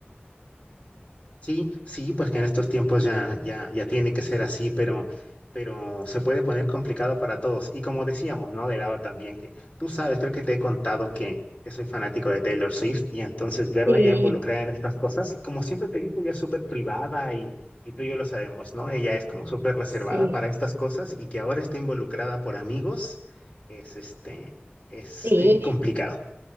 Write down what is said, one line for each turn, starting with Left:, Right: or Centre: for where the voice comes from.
Left: Sí, sí, pues que en estos tiempos ya, ya, ya tiene que ser así, pero, pero se puede poner complicado para todos. Y como decíamos, ¿no? De lado también, que tú sabes, creo que te he contado que, que soy fanático de Taylor Swift y entonces verla
Right: Sí,
Left: ya involucrada en estas cosas, como siempre te digo, ella es súper privada y, y tú y yo lo sabemos, ¿no? Ella es como súper reservada
Right: sí,
Left: para estas cosas y que ahora esté involucrada por amigos es, este, es
Right: sí.
Left: eh, complicado.